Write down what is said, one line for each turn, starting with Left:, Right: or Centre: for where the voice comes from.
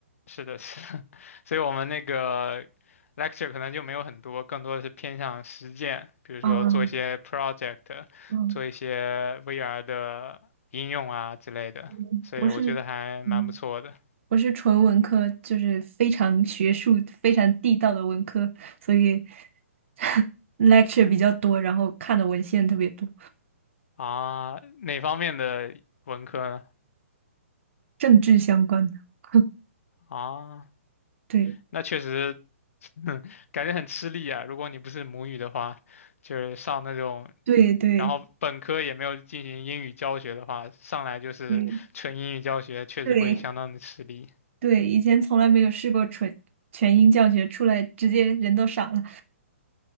Left: 是的，是的，<laughs> 所以我们那个 lecture 可能就没有很多，更多的是偏向实践，比如说做一些
Right: 嗯
Left: project，
Right: 嗯
Left: 做一些 VR 的应用啊之类的，
Right: 嗯，
Left: 所以我觉得还蛮不错的
Right: 我是嗯我是纯文科，就是非常学术、非常地道的文科，所以 <laughs> lecture 比较多，然后看的文献特别多，
Left: 啊。哪方面的文科呢？
Right: 政治相关的。<laughs>
Left: 啊，
Right: 对
Left: 那确实，<laughs> 感觉很吃力啊。如果你不是母语的话，就是上那种，
Right: 对对
Left: 然后本科也没有进行英语教学的话，上来就是纯英语教学，
Right: 对
Left: 确实会相当的吃力。
Right: 对对，以前从来没有试过纯全英教学，出来直接人都傻了。